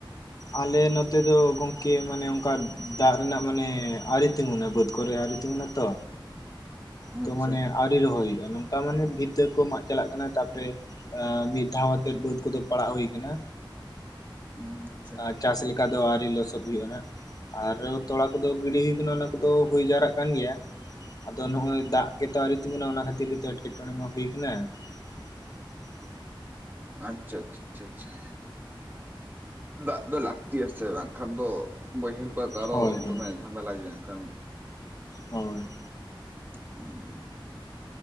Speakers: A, on the left; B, on the right.
A: ᱟᱞᱮ ᱱᱚᱛᱮ ᱫᱚ ᱜᱚᱝᱠᱮ ᱢᱟᱱᱮ ᱚᱱᱠᱟ ᱫᱟᱜ ᱨᱮᱱᱟᱜ ᱢᱟᱱᱮ ᱟᱹᱨᱤ ᱛᱤᱸᱜᱩᱱᱟ ᱵᱟᱹᱫᱽ ᱠᱚᱨᱮ ᱟᱹᱨᱤ ᱛᱤᱜᱩᱱᱟᱛᱚ ᱛᱚ
B: ᱟᱪᱪᱷᱟ
A: ᱢᱟᱱᱮ ᱟᱹᱣᱨᱤ ᱨᱚᱦᱚᱭ ᱦᱩᱭᱩᱜ-ᱟ ᱱᱚᱝᱠᱟ ᱢᱟᱱᱮ ᱵᱷᱤᱛᱟᱹ ᱠᱚ ᱢᱟᱜ ᱪᱟᱞᱟᱜ ᱠᱟᱱᱟ ᱛᱟᱨᱯᱚᱨᱮ ᱢᱤᱫ ᱫᱷᱟᱣ ᱟᱛᱮᱫ ᱵᱟᱹᱫ ᱠᱚᱫᱚ ᱯᱟᱲᱟᱜ ᱦᱩᱭ ᱟᱠᱟᱱᱟ᱾
B: <unintelligible>
A: ᱟᱨ ᱪᱟᱥ ᱞᱮᱠᱟ ᱫᱚ ᱟᱹᱣᱨᱤ ᱞᱚᱥᱚᱫ ᱦᱩᱭᱩᱜᱭ-ᱟ ᱱᱟᱜ᱾ ᱟᱨ ᱛᱚᱲᱟ ᱠᱚᱫᱚ ᱜᱤᱰᱤ ᱦᱩᱭ ᱟᱠᱟᱱᱟ ᱚᱱᱟ ᱠᱚ ᱠᱚᱫᱚ ᱦᱩᱭ ᱡᱟᱣᱨᱟᱜ ᱠᱟᱱ ᱜᱮᱭᱟ᱾ ᱟᱫᱚ ᱱᱚᱜᱚᱭ ᱫᱟᱜ ᱜᱮᱛᱚ ᱟᱣᱨᱤ ᱛᱩᱜᱩᱸᱱᱟ ᱚᱱᱟ ᱠᱷᱟᱹᱛᱤᱨ ᱜᱮᱛᱚ ᱮᱴᱠᱮᱴᱚᱬᱮ ᱢᱟ ᱦᱩᱭᱩ ᱟᱠᱟᱱᱟ <inaudible>
B: ᱟᱪᱷᱟ ᱟᱪᱷᱟ ᱟᱪᱷᱟ᱾ ᱫᱟᱜ ᱫᱚ ᱞᱟᱹᱠᱛᱤᱭᱟ ᱥᱮ ᱵᱟᱝᱠᱷᱟᱱ ᱫᱚ᱾ ᱵᱟᱹᱭᱦᱟᱹᱲ ᱠᱚᱣᱟᱜ ᱫᱚ ᱟᱨᱚ
A: ᱦᱳᱭ ᱦᱳᱭ
B: ᱫᱚᱢᱮ ᱡᱷᱟᱢᱮᱞᱟ ᱜᱮᱭᱟ ᱦᱟᱸᱜ ᱠᱷᱟᱱ
A: ᱦᱳᱭ
B: <unintelligible>